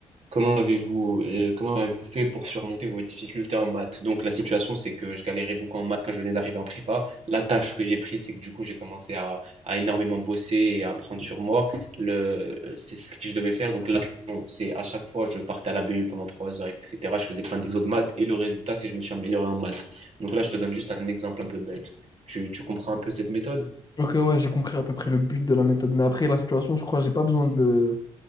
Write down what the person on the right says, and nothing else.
Comment avez-vous euh, comment avez-vous fait pour surmonter vos difficultés en maths? Donc la situation c'est que je galérais beaucoup en maths quand je venais d'arriver en prépa. La tâche que j'ai prise c'est que du coup j'ai commencé à, à énormément bosser et à apprendre sur moi. Le, c'est ce que je devais faire. Donc l'action c'est à chaque fois je partais à la BU pendant trois heures etc. Je faisais plein d'exos de maths et le résultat c'est que je me suis amélioré en maths. Donc là je te donne juste un exemple un peu bête. Tu, tu comprends un peu cette méthode